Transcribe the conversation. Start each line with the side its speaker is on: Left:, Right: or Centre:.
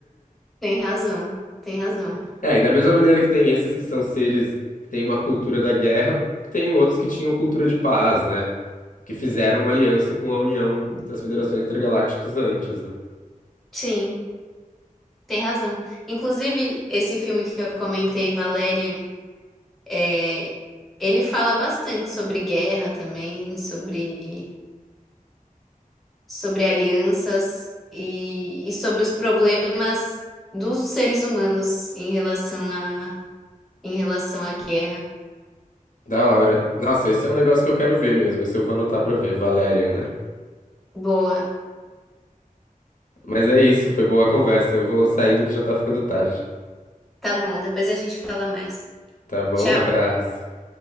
Centre: Tem razão, tem razão.
Left: É, e da mesma maneira que tem esses que são seres que têm uma cultura da guerra, tem outros que tinham cultura de paz, né? Que fizeram aliança com a União das Federações Intergalácticas antes, né?
Centre: Sim, tem razão. Inclusive, esse filme que eu comentei, Valerian, é, ele fala bastante sobre guerra também, sobre, sobre alianças e, e sobre os problemas dos seres humanos em relação a, em relação à guerra.
Left: Da hora. Nossa, esse é um negócio que eu quero ver mesmo. Esse eu vou anotar pra ver. Valerian, né?
Centre: Boa.
Left: Mas é isso, foi boa a conversa. Eu vou saindo que já tá ficando tarde.
Centre: Tá bom, depois a gente fala mais.
Left: Tá bom?
Centre: Tchau.
Left: Abraço.